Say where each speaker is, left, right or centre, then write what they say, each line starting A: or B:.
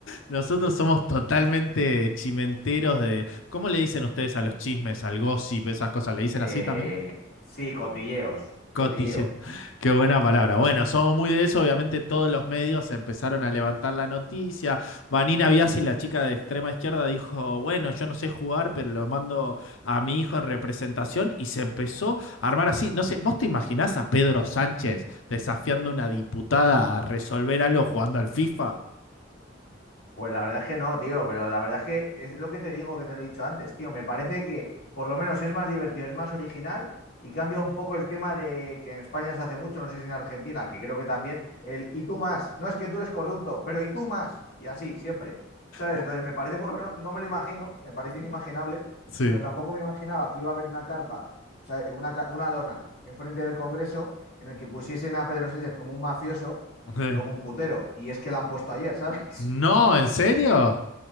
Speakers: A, on the left; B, on the left.
A: Nosotros somos totalmente chimenteros de... ¿Cómo le dicen ustedes a los chismes, al gossip, esas cosas? ¿Le dicen
B: Eh,
A: así también?
B: sí, cotilleos,
A: Cotille.
B: cotilleo.
A: <laughs> Qué buena palabra. Bueno, somos muy de eso. Obviamente todos los medios empezaron a levantar la noticia. Vanina Biasi, la chica de extrema izquierda, dijo, bueno, yo no sé jugar, pero lo mando a mi hijo en representación. Y se empezó a armar así. No sé, ¿vos te imaginás a Pedro Sánchez desafiando a una diputada a resolver algo jugando al FIFA?
B: Pues la verdad es que no, tío, pero la verdad es que es lo que te digo, que te lo he dicho antes, tío. Me parece que por lo menos es más divertido, es más original y cambia un poco el tema de que en España se hace mucho, no sé si en Argentina, que creo que también, el y tú más. No es que tú eres corrupto, pero y tú más. Y así, siempre. ¿Sabes?
A: Vo-
B: Entonces me parece por lo menos, no me lo imagino, me parece inimaginable,
A: Sí.
B: pero tampoco me imaginaba que iba a haber una carpa, o sea, una, ca- una lona enfrente del Congreso en el que pusiesen a Pedro Sánchez como un mafioso
A: <laughs> Sí.
B: y como un putero. Y es que la han puesto ayer, <laughs> ¿sabes?
A: No, ¿en serio?